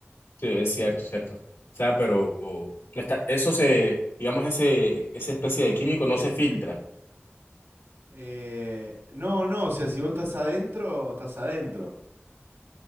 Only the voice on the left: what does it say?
Sí, es cierto, cierto. O sea, pero está- eso se, digamos, ese, esa especie de químico no se filtra,